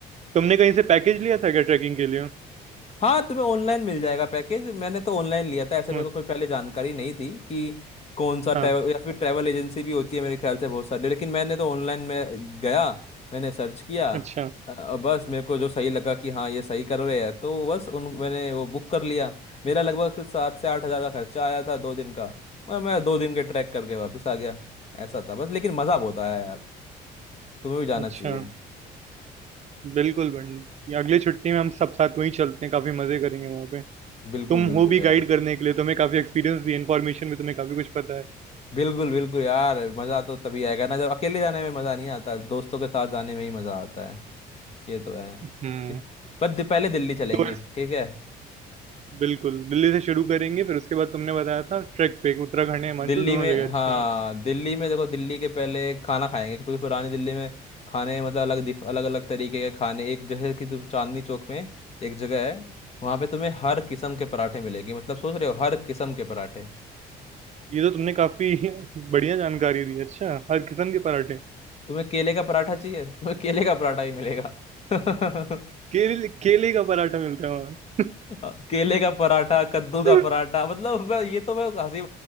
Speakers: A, on the right (about 40°); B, on the left (about 35°).
A: तुमने कहीं से पैकेज लिया था क्या ट्रैकिंग के लिए
B: हाँ तुम्हें ऑनलाइन मिल जाएगा पैकेज मैंने तो ऑनलाइन लिया था ऐसे मेरे
A: हाँ
B: को कोई पहले जानकारी नहीं थी कि कौन सा ट्रैवल
A: हाँ,
B: या फिर ट्रैवल एजेंसी भी होती है मेरे ख्याल से बहुत सारी लेकिन मैंने तो ऑनलाइन में गया मैंने सर्च किया
A: अच्छा
B: अ, बस मेरे को जो सही लगा कि हाँ ये सही कर रहे हैं तो बस उन मैंने वो बुक कर लिया मेरा लगभग सात से आठ हजार का खर्चा आया था दो दिन का मैं मैं दो दिन के ट्रैक करके वापस आ गया ऐसा था बस लेकिन मज़ा बहुत आया यार तुम्हें भी जाना
A: अच्छा
B: चाहिए
A: बिल्कुल बंटी। अगली छुट्टी में हम सब साथ वहीं चलते हैं, काफी मजे करेंगे वहां पे।
B: बिल्कुल
A: तुम
B: बिल्कुल
A: हो भी
B: यार
A: गाइड करने के लिए, तुम्हें काफी एक्सपीरियंस भी है, इन्फॉर्मेशन भी तुम्हें काफी कुछ पता है।
B: बिल्कुल बिल्कुल यार मज़ा तो तभी आएगा ना जब अकेले जाने में मज़ा नहीं आता दोस्तों के साथ जाने में ही मज़ा आता है ये तो है
A: हम्म
B: ये- पर दि- पहले दिल्ली चलेंगे
A: तो इस-
B: ठीक है
A: बिल्कुल दिल्ली से शुरू करेंगे फिर उसके बाद तुमने बताया था ट्रैक पे उत्तराखंड या हिमाचल
B: दिल्ली
A: दोनों
B: में
A: जगह अच्छी
B: हाँ
A: हैं
B: दिल्ली में देखो दिल्ली के पहले खाना खाएंगे क्योंकि पुरानी दिल्ली में खाने मतलब अलग दिफ, अलग अलग तरीके के खाने एक जैसे कि तुम चांदनी चौक में एक जगह है वहाँ पे तुम्हें हर किस्म के पराठे मिलेंगे मतलब सोच रहे हो हर किस्म के पराठे
A: ये तो तुमने काफी <laughs> बढ़िया जानकारी दी अच्छा हर किस्म के पराठे
B: तुम्हें केले का पराठा चाहिए तुम्हें केले का पराठा ही मिलेगा <laughs>
A: केले केले का पराठा मिलता है वहाँ
B: अ, केले का पराठा कद्दू का
A: <laughs>
B: पराठा मतलब मैं ये तो मैं हंसी